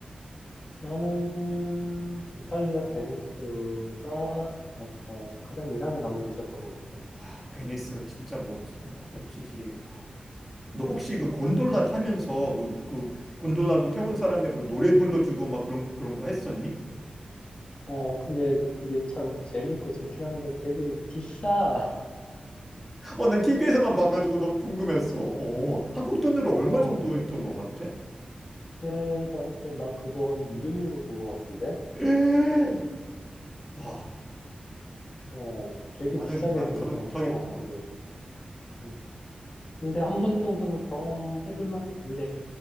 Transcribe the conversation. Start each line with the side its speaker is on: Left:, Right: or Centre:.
Left: 나는 이탈리아 베니스가 어, 어, 가장 인상에 남은 도시였던 것 같아.
Centre: 아, 베니스 진짜 멋지, 멋지지. 아. 너 혹시 그 곤돌라
Left: 음.
Centre: 타면서 그, 뭐- 그 곤돌라고 태운 사람의 뭐 노래 불러주고 막 그런 그런 거 했었니?
Left: 어, 근데 그게 참 재미있고 좋긴 한데 되게 비싸.
Centre: 어, 난 TV에서만 봐가지고 너무 궁금했어. 어, 한국 돈으로
Left: <laughs>
Centre: 얼마
Left: 어,
Centre: 정도 했던 것 같아?
Left: 그때 당시에 나 그거 한 200유로 준 것 같은데?
Centre: 에 와,
Left: 어, 되게
Centre: 어, 나는
Left: 비싸게
Centre: 나는
Left: 주고
Centre: 가도
Left: 탔어.
Centre: 못하겠다.
Left: 근데, 음. 근데 한 번 정도는 경험해볼 만해. 근데